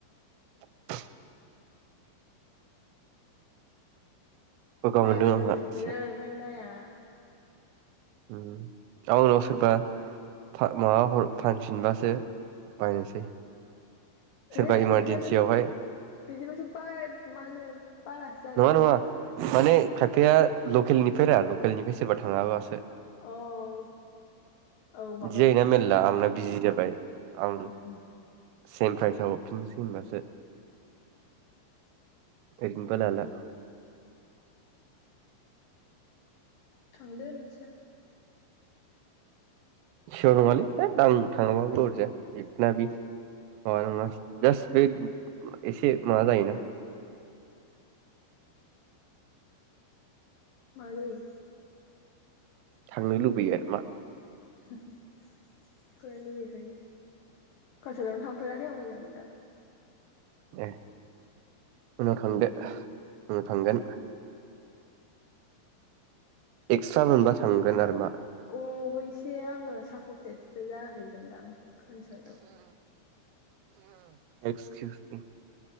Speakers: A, on the right (about 85°); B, on the left (about 70°).
A: <unintelligible> गगा
B: नायबा
A: मोनदों आंहा
B: दुखु
A: एसे
B: मोनो ओंखायनो नाया
A: ओम गावनाव सोरबा फा माबा हर फानफिनबासो बायनोसै सोरबा
B: ओहो
A: इमारजेन्सियावहाय
B: बिदिबाथ बिदिबाथ' बाय माहोनो बारासो जानसै
A: नङा नङा
B: ना
A: माने खायफाया लकेलनिफ्राय रा लकेलनिफ्राय सोरबा थाङाबासो
B: औ औ
A: बिदि
B: माबायोना
A: जायोना मेरला आंना बिजि जाबाय आं
B: उम उम
A: सेम प्राइस हरफिननोसै होनबासो ओरैनोबा लाला
B: थांदो नोंस्रा
A: सियर नङालै आं थाङाबाबो अरजाया माबा नङा जास्ट बे एसे माबा जायोना
B: मा जायो
A: थांनो लुबैयो आरो मा
B: <unintelligible> बेखौलाय लुगैखायो कालसारआवनो थांफेराखै आं मोजां ओं दाबो
A: ए उनाव थांदो उनाव थांगोन एक्सट्रा मोनबा थांगोन आरो मा
B: अे-बेसे आङो साफु फेद जाहैगोनदां कनसार्टआव
A: एक्सकिउस मि